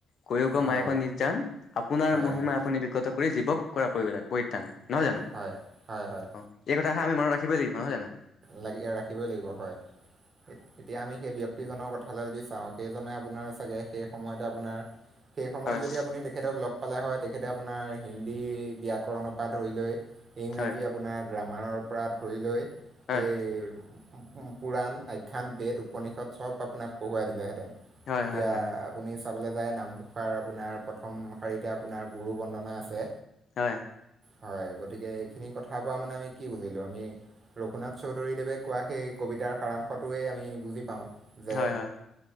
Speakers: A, on the left; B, on the right.
A: কৈ ক
B: হয়
A: মায়োক নিজজান আপোনাৰ
B: হয়
A: মহিমা
B: হয়
A: আপুনি বিকত কৰি জীৱক কৰা পৰিত্ৰান। নহয় জানো।
B: হয় হয় হয়
A: অ, এই কথাষা আমি মনত ৰাখিবই লাগিব। নহয় জানো
B: লাগি ৰাখিবই লাগিব হয়। তেতিয়া আমি সেই ব্যক্তিজনৰ কথালৈ যদি চাও সেইজনে আপোনাৰ চাগে সেই সময়তে আপোনাৰ সেই সময়ত
A: হয়
B: যদি আপুনি তেখেতক লগ পালে হয়, তেখেতে আপোনাৰ হিন্দী ব্যাকৰণৰ পৰা ধৰি লৈ ইংৰাজী
A: হয়
B: আপোনাৰ গ্ৰামাৰৰ পৰা ধৰি লৈ
A: হয়
B: সেই পুৰাণ আখ্যান বেদ উপনিষদ চব আপোনাক পঢ়ুৱাই দিলেহেতেন।
A: হয়
B: এতিয়া
A: হয় হয়
B: আপুনি চাবলৈ যায় নামঘোষাৰ আপোনাৰ প্ৰথম শাৰীতে আপোনাৰ গুৰু বন্দনা আছে।
A: হয়
B: হয়, গতিকে এইখিনি কথা পৰা মানে আমি কি বুজিলো আমি ৰঘুনাথ চৌধুৰীদেৱে কোৱা সেই কবিতাৰ সাৰাংশটোৱেই আমি বুজি পাওঁ। যে
A: হয়, হয়।